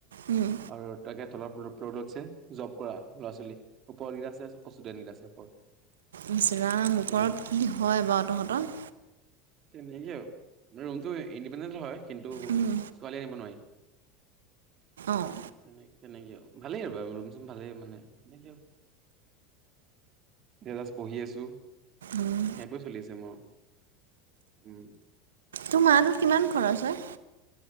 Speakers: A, on the right; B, on the right.
A: উম
B: আৰু তাকে তলৰ ফ্লৰটোত আছে জব কৰা ল'ৰা ছোৱালী ওপৰকেইটা আছে ষ্টুডেণ্ট কেইটা আছে ওপৰত।
A: ইছ ৰাম মুখৰত
B: তেনেকে
A: কি হয় বাৰু তহঁতৰ
B: তেনেকে আৰু ৰুমতটো ইণ্ডিপেণ্ডেণ্ হয় কিন্তু
A: উম
B: ছোৱালী আনিব নোৱাৰি।
A: অঁ
B: তেনেকে তেনেকে ভালেই আৰু ৰুম চুম ভালেই মানে তেনেকে। এজাজ পঢ়ি আছো
A: উম
B: সেইবোৰে চলি আছে মই উম
A: তো মাহত কিমান খৰচ হয়।